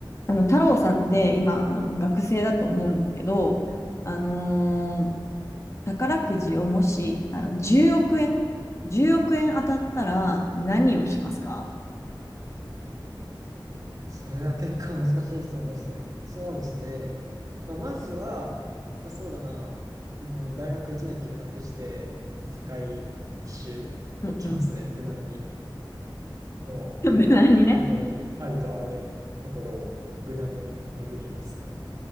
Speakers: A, on the left; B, on the right.
A: あの、太郎さんって今、あの、学生だと思うんですけど、あのー宝くじをもし、あの、10億円、10億円当たったら何をしますか
B: それは結構難しい質問ですね。そうですね。まあ、まずは、まあ、そうだな、うん、大学1年休学して、まあ世界一周行きますね、
A: うんうん。
B: 無難に。もうなんか、
A: <laughs> 無難にね。
B: 本当にありとあらゆるところを無難に巡りますかね。